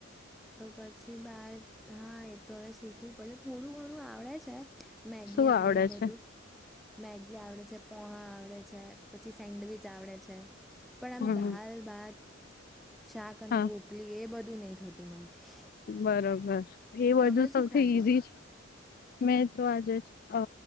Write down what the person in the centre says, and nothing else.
તો પછી બાર ધાય હવે શીખવું પડશે થોડું ઘણું આવડે છે. મેગી
અને
એ બધું
મેગી આવડે છે પોહા આવડે પછી સેન્ડવીચ આવડે છે પણ આમ
ધાલ બાત શાક અને
રોટલી એ બધું નહી થતું મારથી
તમે
શું ખાધું
આજ